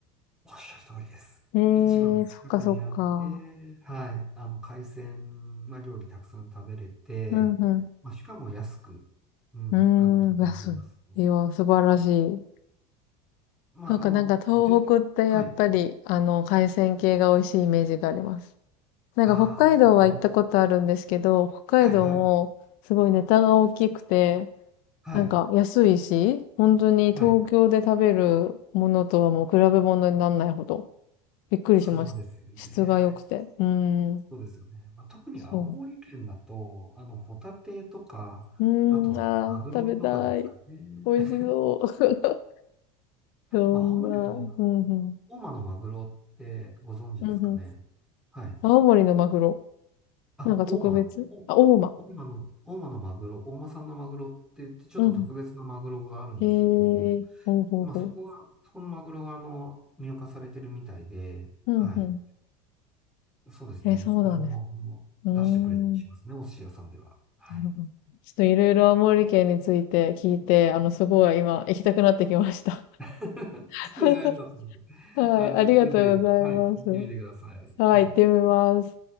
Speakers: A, in the centre; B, on the left.
A: おっしゃる通りです。
B: え
A: 市場の近くにあって、
B: えそっかそっか。
A: はい、あの、海鮮、まあ、料理たくさん食べれて、
B: うんう
A: まあ、しかも安く、うん、
B: ん。
A: あの、食べられます。
B: うーん、安い。いや、素晴らしい。
A: まあ、
B: そうか、
A: あの、
B: なんか東北ってやっぱり、
A: 具体的な、はい。
B: あの、海鮮系が美味しいイメージがあります。なんか北海道は行ったことあるんですけど、
A: ああ、そうですね。
B: 北海道もすごいネタが大きくて、
A: はい、はい、はい、
B: なんか安いし、本当に東京で食べるものとはもう比べ物にならないほど、
A: はい。
B: びっくりしました。
A: そうですよね。
B: 質が良くて。うーん、
A: そうですよね。まあ、特に青森県だと、
B: そ
A: あの、ホタテとか、
B: う。うーん、
A: あと、
B: あー、
A: マグロとかですかね。
B: 食べたい。美味しそう。
A: <laughs>
B: <laughs> そんな、
A: まあ、青森だと、
B: うんうん、
A: 大間のマグロってご存知ですかね。
B: うんうん。
A: はい。
B: 青森のマグロ。
A: あ、
B: なんか特別あ、
A: 大間。お
B: 大間。
A: 大間の、大間のマグロ、大間産のマグロって言って、ちょっと特別なマグロがあるんですけども、
B: うんうん。へえ、ほうほうほ
A: まあそこが、そこのマグロがあの、入荷されてるみたいで、
B: う。うんうん。
A: はい。そうですね。
B: え、そうなんです。
A: それも、あの出してくれたりしますね、
B: うーん。
A: お寿司屋さんでは。はい。
B: なるほどちょっといろいろ青森県について聞いて、あの、すごい今行きたくなってきました。
A: <laughs>
B: <laughs>
A: それが良かったので、
B: はい、
A: あ、ぜぜひぜひ、
B: ありがとうございます。
A: はい、行ってみてください。
B: はい、
A: はい。
B: 行ってみます。